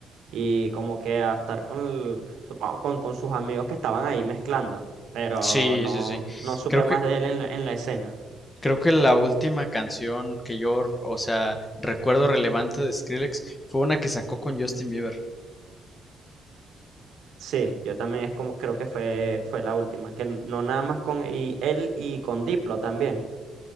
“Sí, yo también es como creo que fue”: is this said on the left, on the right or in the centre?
Right